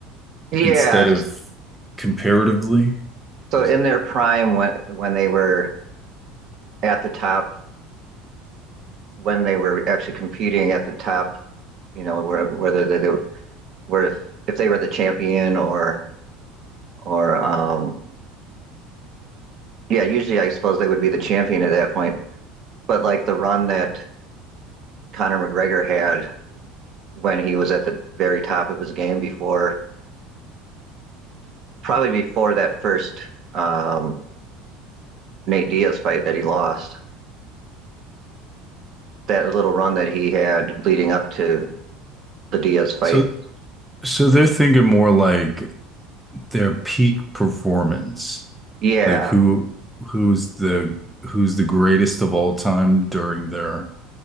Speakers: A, on the right (about 50°); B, in the centre.
A: Yes.
B: instead of comparatively.
A: So
B: Is-
A: in their prime, when when they were at the top, when they were actually competing at the top, you know, where, whether they, they were, where if, if they were the champion or or um, yeah, usually I suppose they would be the champion at that point. But like the run that Conor McGregor had when he was at the very top of his game before, probably before that first um, Nate Diaz fight that he lost. That little run that he had leading up to the Diaz fight.
B: So so they're thinking more like their peak performance.
A: Yeah,
B: Like who who's the who's the greatest of all time during their